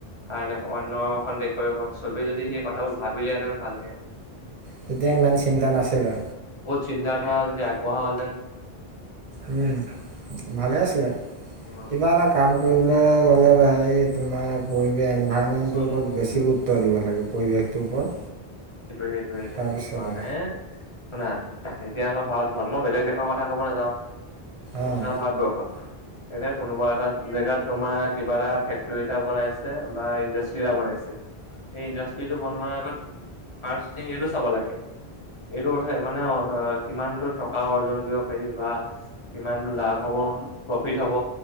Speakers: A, on the left; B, on the right.
A: আনে অন্যখন দেশৰে হওক চবেই যদি সেই কথাবোৰ ভাবিলেহেঁতেন। ভালকে।
B: তেতিয়া ইমান চিন্তা নাছিলে।
A: চিন্তাধাৰা যদি আগবঢ়া হ'ল হেতেন।
B: উম, ভালে আছিলে
A: উম
B: কিবা এটা কাম কৰিবলৈ গ'লে হেৰি সেই তোমাৰ
A: <inaudible> <unintelligible>
B: পৰিৱেশ এনভাইৰমেণ্টটোৰ
A: সেইটো
B: ওপৰত বেছি গুৰুত্ব দিব লাগে পৰিৱেশটোৰ ওপৰত
A: সেইটোইটো।
B: তাৰপিছতে
A: এ শুনা, এতিয়া আমই ভাৰতবৰ্ষত মই বেলেগ দেশৰ কথা কব নাযাও আৰু
B: অঁ
A: ভাৰতবৰ্ষত এতিয়া কোনোবা এটা জেগাত তোমাৰ কিবা এটা ফেক্টৰী এটা বনাইছে। বা ইণ্ডাষ্ট্ৰি এটা বনাইছে সেই ইণ্ডাষ্ট্ৰি টো বনোৱাৰ আগত ফাৰ্ষ্ট থিং এইটো চাব লাগে। এইটো কথা মানে কিমানটো টকা অৰ্জন কৰিব পাৰি বা কিমানতটো লাভ হ'ব। অ, প্ৰফিট হ'ব।